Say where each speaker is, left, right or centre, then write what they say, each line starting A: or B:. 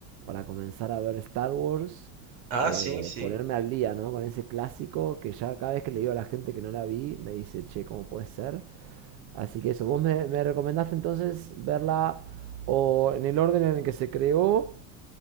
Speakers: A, on the right; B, on the right.
A: para comenzar a ver Star Wars,
B: Ah,
A: eh,
B: sí, sí.
A: ponerme al día, ¿no? Con ese clásico que ya cada vez que le digo a la gente que no la vi, me dice, che, ¿cómo puede ser? Así que eso, vos me, me recomendaste entonces verla o en el orden en el que se creó